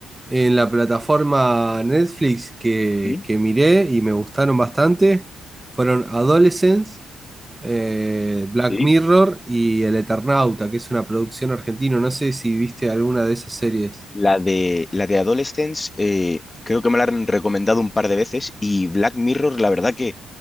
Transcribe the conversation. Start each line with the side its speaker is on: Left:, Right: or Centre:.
Right: en la plataforma Netflix que,
Left: ¿Mm?
Right: que miré y me gustaron bastante fueron Adolescence, eh, Black
Left: Sí.
Right: Mirror y El Eternauta, que es una producción argentina. No sé si viste alguna de esas series.
Left: La de, la de Adolescence, eh, creo que me la han recomendado un par de veces y Black Mirror, la verdad que